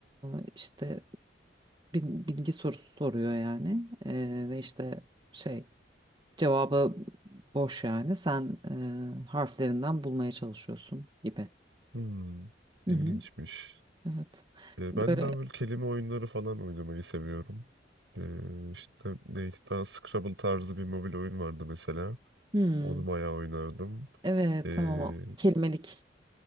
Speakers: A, on the right; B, on the right.
A: ee, işte bil- bilgi sorusu soruyor yani Ee, ve işte şey cevabı boş yani sen e, harflerinden bulmaya çalışıyorsun gibi.
B: Hmm, ilginçmiş.
A: Hı hı. Evet.
B: Ee,
A: Böyle
B: ben daha böyle kelime oyunları falan oynamayı seviyorum. Ee, işte ne, daha Scrabble tarzı bir mobil oyun vardı mesela.
A: hmm,
B: Onu bayağı oynardım.
A: evet
B: Ee,
A: tamam kelimelik.